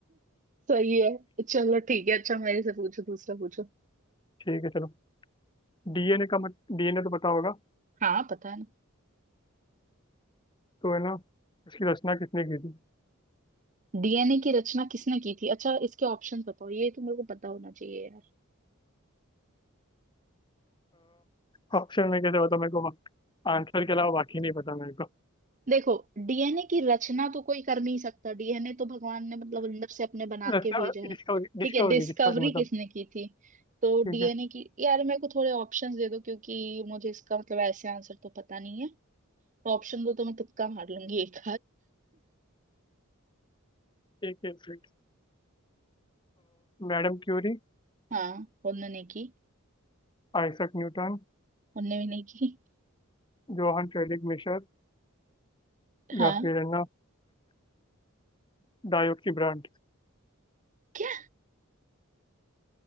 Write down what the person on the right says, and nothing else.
सही है चलो ठीक है अच्छा मेरे से पूछो दूसरा पूछो
हाँ पता है ना
डीएनए की रचना किसने की थी अच्छा इसके ऑप्शन बताओ ये तो मेरे को पता होना चाहिए यार
देखो डीएनए की रचना तो कोई कर नहीं सकता डीएनए तो भगवान ने मतलब अंदर से अपने बना
के भेजा है
ठीक
है डिस्कवरी
किसने की थी तो
डीएनए
की यार मेरे को थोड़े ऑप्शंस दे दो क्योंकि मुझे इसका मतलब ऐसे आंसर तो पता नहीं है ऑप्शन दो तो मैं तुक्का मार लूंगी एक
हाँ उनने नहीं की
उनने भी नहीं की
हाँ
क्या